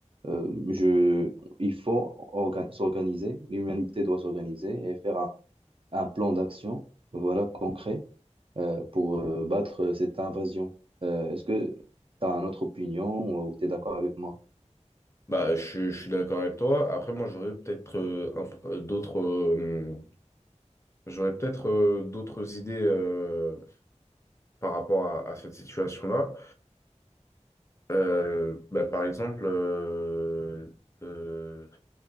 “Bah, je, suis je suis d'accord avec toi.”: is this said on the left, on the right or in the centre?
Left